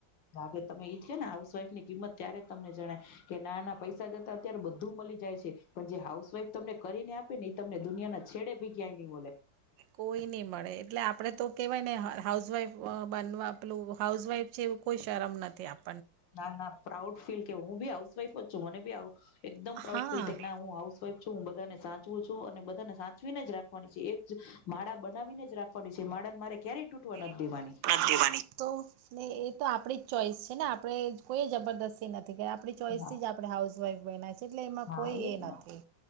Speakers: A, on the left (about 80°); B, on the right (about 80°).
A: લાગે. તમને એજ છે ને હાઉસવાઈફની કિંમત ત્યારે તમને જણાય કે ના ના પૈસા દેતા અત્યારે બધું મળી જ જાય છે. પણ જે હાઉસ વાઈફ તમને કરીને આપે ને એ તમને દુનિયાના છેડે ભી ક્યાંય નહી મળે
B: કોઈ નઈ મળે એટલે આપડે તો કહેવાય ને હાઉસવાઈફ બનવા પેલું હાઉસવાઈફ છે એવું કોઈ શરમ નથી આવ.
A: ના ના પ્રાઉડ ફીલ કેય હું પણ હાઉસવાઈફ જ છું મને પણ એકદમ પ્રાઉડ
B: હાઉસવાઈફ
A: ફીલ થઈ ના હું હાઉસવાઈફ છું હું બધા સાચવું છું અને બધાને સાચવીને જ રાખવાની છે એજ <unintelligible> બનાવીને જ રાખવાની છે માળન મારે ક્યારેય તૂટવા નથી
B: <unintelligible>
A: દેવાની
B: તો ને એ તો આપણી જ ચોઈસ છે ને આપણે કોઈ જબરદસ્તી નથી આપણી ચોઈસથી
A: હા
B: જ આપણે હાઉસવાઈફ બન્યા એટલે એમાં
A: હા
B: કોઈ
A: એજ
B: એ
A: ને
B: નથી